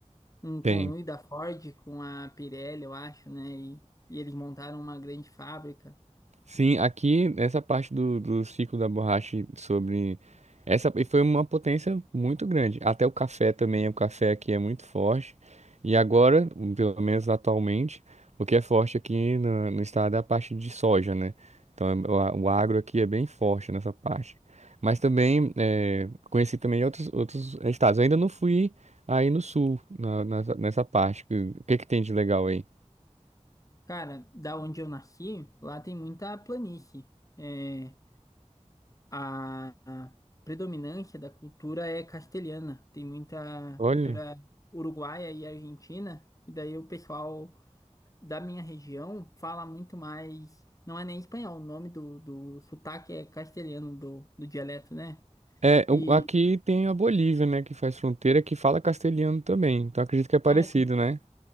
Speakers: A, on the left; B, on the right.
A: um
B: tem.
A: conluio da Ford com a Pirelli, eu acho, né? E, e eles montaram uma grande fábrica.
B: Sim, aqui essa parte do, do ciclo da borracha sobre essa e foi uma potência muito grande. Até o café também, o café aqui é muito forte. E agora, pelo menos atualmente, o que é forte aqui no, no estado é a parte de soja, né? Então é- o, a- o agro aqui é bem forte nessa parte. Mas também eh, conheci também outros outros estados. Eu ainda não fui aí no sul na- nessa, nessa parte. O que que tem de legal aí?
A: Cara, da onde eu nasci, lá tem muita planície. É, a, a predominância da cultura é castelhana. Tem muita
B: Olha.
A: cultura uruguaia e argentina. E daí o pessoal da minha região fala muito mais. Não é nem espanhol, o nome do, do sotaque é castelhano do, do dialeto, né?
B: É,
A: E.
B: o- aqui tem a Bolívia, né, que faz fronteira, que fala castelhano também. Então acredito que é parecido,
A: Ah, é
B: né?